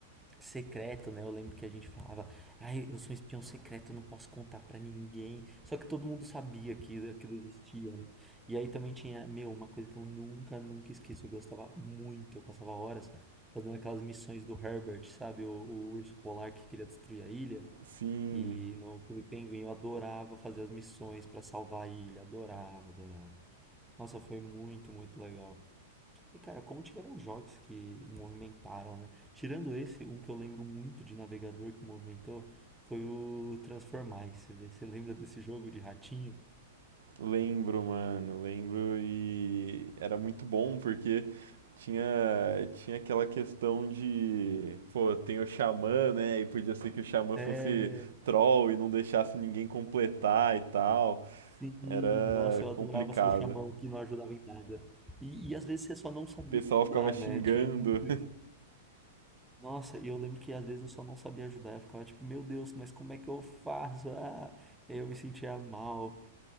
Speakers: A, in the centre; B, on the right.
A: secreto, né? Eu lembro que a gente falava, ai, eu sou um espião secreto, eu não posso contar pra ninguém. Só que todo mundo sabia que aquilo existia, né? E aí também tinha, meu, uma coisa que eu nunca, nunca esqueço, eu gostava muito, eu passava horas fazendo aquelas missões do Herbert, sabe? O, o urso polar que queria destruir a ilha.
B: Sim,
A: E no Clube Penguin eu adorava fazer as missões pra salvar a ilha, adorava, adorava. Nossa, foi muito, muito legal. E cara, como tiveram jogos que movimentaram, né? Tirando esse, um que eu lembro muito de navegador que movimentou foi o Transformice. né? Você lembra desse jogo de ratinho?
B: Lembro, mano, lembro e era muito bom porque tinha tinha aquela questão de, pô, tem o xamã, né? E podia ser que o xamã
A: É.
B: fosse troll e não deixasse ninguém completar e tal.
A: Sim,
B: Era
A: nossa, eu adorava
B: complicado.
A: ser chamão que não ajudava em nada. E, e às vezes você só não sabia
B: O pessoal
A: ajudar,
B: ficava xingando.
A: né? Tinha muito isso. Nossa, e eu lembro que às vezes eu só não sabia ajudar. Eu ficava tipo, meu Deus, mas como é que eu faço? Ah, eu me sentia mal.